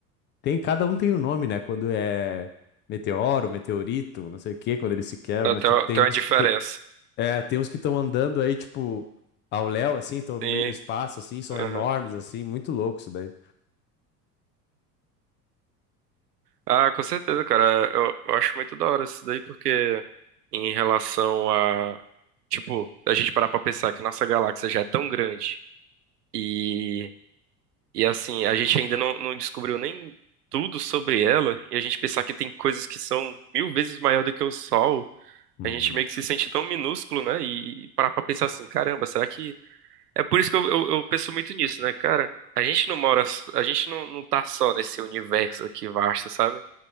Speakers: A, on the left; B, on the right.
A: Tem, cada um tem um nome, né? Quando é meteoro, meteorito, não sei o quê, quando eles se quebram,
B: Ah,
A: mas
B: Tem
A: tipo,
B: uma,
A: tem
B: tem uma
A: uns
B: diferença.
A: que tem, É, tem uns que estão andando aí, tipo, ao léu, assim, estão no
B: Sim.
A: meio do espaço, assim, são
B: Aham.
A: enormes, assim, muito louco isso daí.
B: Ah, com certeza, cara. Eu, eu acho muito da hora isso daí, porque em relação a. Tipo, a gente parar pra pensar que nossa galáxia já é tão grande. e E assim, a gente ainda não, não descobriu nem tudo sobre ela, e a gente pensar que tem coisas que são mil vezes maior do que o Sol,
A: Uhum.
B: a gente meio que se sente tão minúsculo, né? E, e parar pra pensar assim, caramba, será que. É por isso que eu, eu, eu penso muito nisso, né, cara? A gente não mora, a gente não, não tá só nesse universo aqui vasto, sabe?